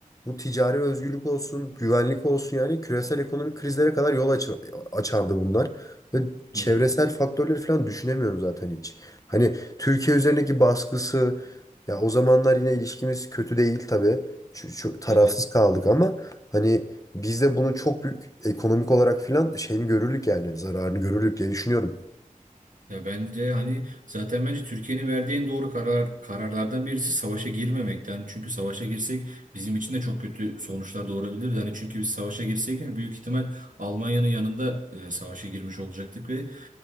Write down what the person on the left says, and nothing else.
bu ticari özgürlük olsun, güvenlik olsun yani küresel ekonomik krizlere kadar yol aç açardı bunlar. Ve çevresel
faktörleri falan düşünemiyorum zaten hiç. Hani Türkiye üzerindeki baskısı ya o zamanlar yine ilişkimiz kötü değil tabii. Şu, şu tarafsız
kaldık ama hani biz de bunu çok büyük ekonomik olarak falan şeyini görürdük yani zararını görürdük diye düşünüyorum.